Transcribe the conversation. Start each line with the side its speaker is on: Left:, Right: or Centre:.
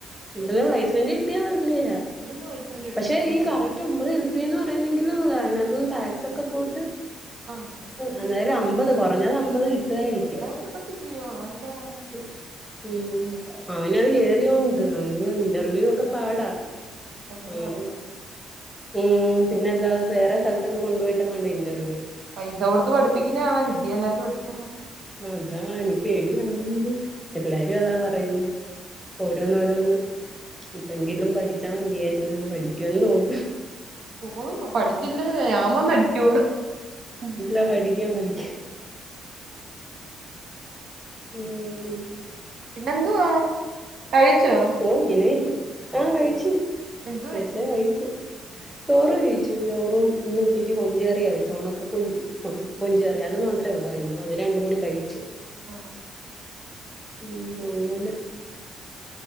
Right: രൂപയോ
Centre: ഇവിടുന്ന് പ്ലേസ്മെന്റ് കിട്ടിയാ നല്ലെയാ
Right: ഇവിടുന്ന് പ്ലേസ്മെന്റ് കിട്ടണില്ല
Centre: പക്ഷെ ഈ കറക് ട്ട് മ്പത് എല്പിയ ന്ന് പറയുന്നെങ്കിലും അയ്നകത്ത്ന്ന് ടാക്സൊക്കെ പോയ്‌ട്ട്
Right: ആഹ്
Centre: അന്നേലും അമ്പത് കൊറഞ്ഞത് അമ്പത് കിട്ടുവായിരിക്കും.
Right: <unintelligible>
Centre: <unintelligible> അവനത് കേയറിയോണ്ട് അവന് ഇന്റർവ്യൂ ഒക്കെ പാടാ.
Right: <unintelligible>
Centre: അവന് ഉം പിന്നല്ലാതെ വേറെ സ്ഥലത്തൊക്ക കൊണ്ടുപോയിട്ടേങ്ങാണ്ടാ ഇന്റർവ്യൂ
Right: പൈസ കൊടുത്ത് പഠിപ്പിക്കുന്നണേ സിദ്യില്ലായിട്ട് പഠിക്കണേ
Centre: അതാ നിക്ക് പേടിയാന്നു എല്ലാരും അതാ പറയുന്നേ ഓരോന്നോരോന്ന് തെങ്കിലും പഠിച്ചാമതിയായിരുന്നു <unintelligible>
Right: <unintelligible>
Centre: ഞാൻ പഠിക്കും പഠിക്കും <unintelligible>
Right: പിന്നന്തുവാ കഴിച്ചോ?
Centre: ങ്ങനെ ആ കഴിച്ച്
Right: എന്തുവായിരുന്നു
Centre: നേരത്തെ കഴിച്ച് ചോറഴിച്ചു ചോറും ന്ന്ച്ചക്ക് കൊഞ്ചകറിയ വച്ച് ഉണക്ക കൊഞ്ചു ഉണ കൊഞ്ചറി അത് മാത്രം ട്ടെ ള്ളായിരുന്നു അത് രണ്ടു കൂടി കഴിച്ച്
Right: ആഹ
Centre: ഉം അങ്ങനെ